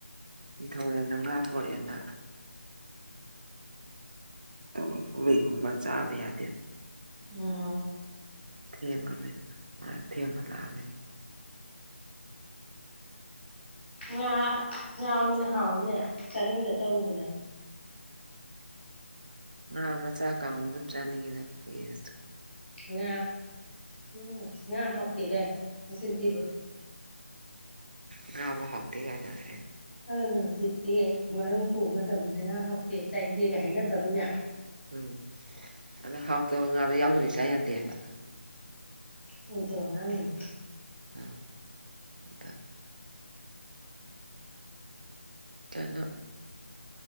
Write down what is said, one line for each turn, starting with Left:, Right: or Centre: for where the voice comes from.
Right: ꯅꯤꯡꯊꯧꯔꯦꯅ ꯉꯥ ꯄꯣꯔꯛꯑꯦꯅ꯫ ꯎꯝ <unintelligible> ꯆꯥꯕ ꯌꯥꯗꯦ
Left: ꯑꯣ꯫
Right: ꯊꯤꯡꯉꯦꯃꯤꯅ ꯃꯥ ꯊꯤꯉꯥ ꯂꯥꯛꯑꯃꯤꯅ꯫
Left: ꯉꯥ ꯉꯥꯃꯤꯅꯦ ꯍꯥꯎꯏꯅꯦ ꯆꯥꯅꯤꯡꯗ ꯇꯧꯕꯅꯦ꯫
Right: ꯉꯥ ꯃꯆꯥ ꯀꯥꯡꯉꯧ ꯑꯗꯨꯝ ꯆꯥꯅꯤꯡꯉꯤꯗ ꯀꯨꯏꯔꯦ ꯆꯥ
Left: ꯉꯥ ꯎꯝ ꯉꯥ ꯍꯥꯎꯇꯦꯗꯥꯏ ꯅꯆꯤꯟꯊꯤꯕ꯫
Right: ꯉꯥꯕꯨ ꯍꯧꯇꯦꯒꯥꯏꯅ <unintelligible>
Left: ꯑ ꯍꯧꯖꯤꯛꯇꯤ ꯃꯔꯨꯝ ꯄꯨꯕ ꯃꯇꯝꯗꯅ ꯉꯥ ꯍꯥꯎꯇꯦ ꯆꯥꯏꯗꯦꯒ ꯍꯥꯏꯅꯗ꯭ꯔ ꯃꯤꯅ꯫
Right: ꯎꯝ ꯑꯗ ꯍꯥꯎꯇꯕ ꯉꯥꯗꯣ ꯌꯥꯎꯗꯔꯗꯤ ꯆꯥ ꯌꯥꯗꯦꯕ꯫
Left: ꯑꯣꯏꯗꯕ ꯉꯥꯡꯏꯕ꯫
Right: ꯑꯥ ꯑꯥꯗ꯫ ꯇꯅꯨ꯫